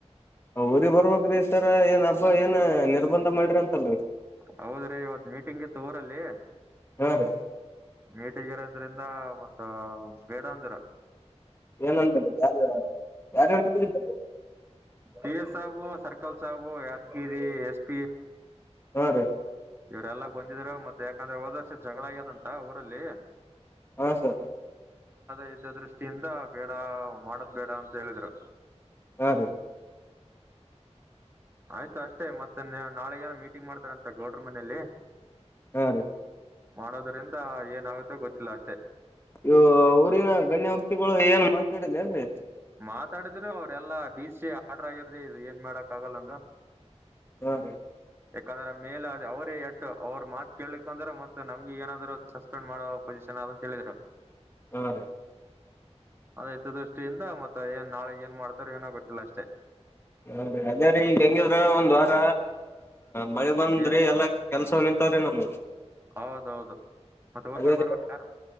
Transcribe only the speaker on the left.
ಅವಊ್ರ ಬರ್ಬ್ರಿ ಸರ್ ಏನ್ ಹಬ್ಬಾ ಏನ್ ನಿರ್ಬಂಧ ಮಾಡ್ರಿ ಅಂತಲ್ರಿ
ಹಾ ರೀ
ಏನಂತಲ್ಲ ಯಾರ ಯಾರಿದ್ದಾರೆ
ಹಾ ರೀ
ಹಾ ಸರ್
ಹಾ ರೀ
ಹಾ ರೀ
ಇ ಅವಊರಿನ ಗಣ್ಯ ವಕ್ತಿಗಳು ಏನ್ ಮಾತಾಡಿದೆ ಅಂದ್ರೀ
ಹಾ ರೀ
ಹಾ ರೀ
ಹಾ ರೀ ಅದೇ ರೀ ಈಗ ಹೆಂಗಿದ್ರ ಒಂದು ವಾರ ಮಳೆ ಬಂದ್ರೆ
ಎಲ್ಲಾ ಕೆಲ್ಸ ನಿಂತವ್ರಿ ನಮವ
ಅದೇ
ಅದೇ